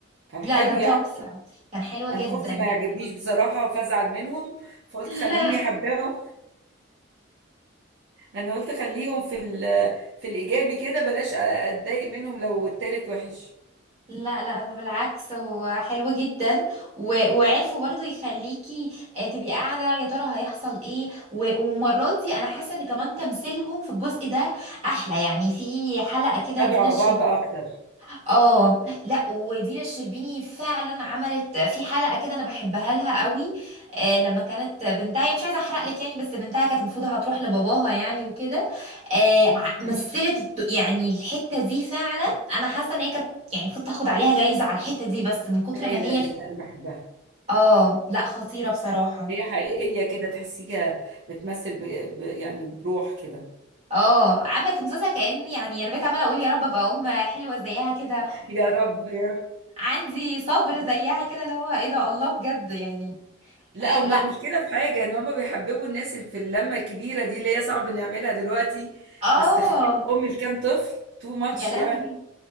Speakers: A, on the right; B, on the right.
A: كان
B: لا
A: حلو
B: ده تحفه
A: يعني
B: كان حلو جدا
A: انا خفتي ما يعجبنيش
B: جدا
A: بصراحة فازعل منهم فقلت خليني
B: لا
A: احبهم <laughs> انا قلت خليهم في ال في الايجابي كده بلاش اتضايق منهم لو التالت وحش
B: لا لا ده بالعكس هو حلو جدا و... وعرفوا برضو يخليكي آه، تبقي قاعدة يا ترى هيحصل ايه و... والمرات دي انا حاسة ان كمان تمثيلهم في الجزء ده احلى يعني في حلقة كده
A: خدوا
B: دينا
A: على
B: الشربيني
A: بعض اكتر
B: اه لا ودينا الشربيني فعلا عملت في حلقه كده انا بحبها لها قوي آه لما كانت بنتها هي مش عايزه احرق لك يعني بس بنتها كانت المفروض هتروح لباباها يعني وكده آه
A: مم.
B: ع- مثلت الد- يعني الحته دي فعلا انا حاسه ان هي كانت يعني المفروض تاخد عليها جايزه على الحته دي بس من كتر
A: ده هي
B: ما
A: لذيذة
B: هي
A: انا بحبها
B: اه لا خطيره بصراحه
A: هي حقيقية كده تحسيها بتمثل ب... ب... يعني بروح كده
B: اه عملت مسلسل كأن يعني انا بقيت عماله اقول يا رب ابقى ام حلوه زيها كده
A: يا رب يا رب
B: وعندي صبر زيها كده اللي هو ايه ده الله بجد يعني
A: لا هما
B: لا
A: المشكلة في حاجة ان هما بيحببوا الناس في اللمة الكبيرة دي اللي هي صعب نعملها دلوقتي
B: اه
A: بس تخيل ام لكام طفل تو ماتش
B: يا لهوي
A: يعني